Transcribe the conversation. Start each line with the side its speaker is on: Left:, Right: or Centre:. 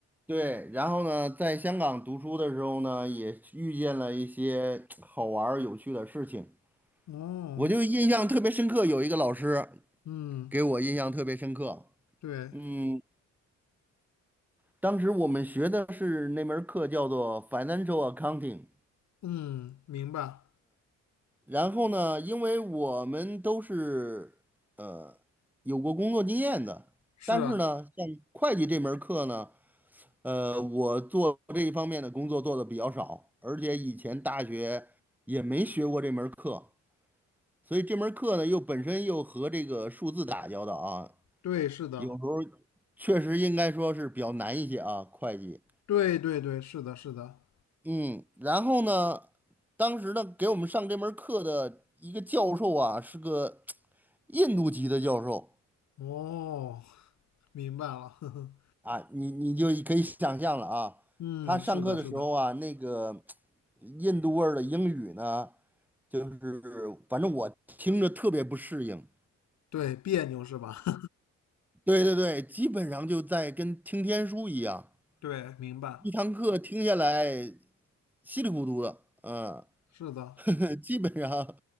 Centre: 对。然后呢，在香港读书的时候呢，也遇见了一些好玩儿有趣的事情。
Left: 哦，
Centre: 我就印象特别深刻，有一个老师
Left: 嗯。
Centre: 给我印象特别深刻。
Left: 对，
Centre: 嗯，当时我们学的是那门儿课叫做 Financial Accounting。
Left: 嗯，明白，
Centre: 然后呢，因为我们都是呃有过工作经验的，
Left: 是，
Centre: 但是呢，像会计这门儿课呢，呃，我做这一方面的工作做的比较少，而且以前大学也没学过这门儿课，所以这门儿课呢又本身又和这个数字打交道啊，
Left: 对，是的，
Centre: 有时候确实应该说是比较难一些啊，会计。
Left: 对对对，是的，是的，
Centre: 嗯，然后呢，当时呢给我们上这门课的一个教授啊，是个。印度籍的教授
Left: 哦，明白了，<laughs> 呵呵，
Centre: 啊，你你就可以想象了啊，
Left: 嗯，
Centre: 他上课的时候啊，
Left: 是的，是的，
Centre: 那个印度味儿的英语呢，就是反正我听着特别不适应。
Left: 对，别扭是吧？<laughs>
Centre: 对对对，基本上就在跟听天书一样，
Left: 对，明白，
Centre: 一堂课听下来稀里糊涂的，嗯，
Left: 是的，
Centre: <laughs> 基本上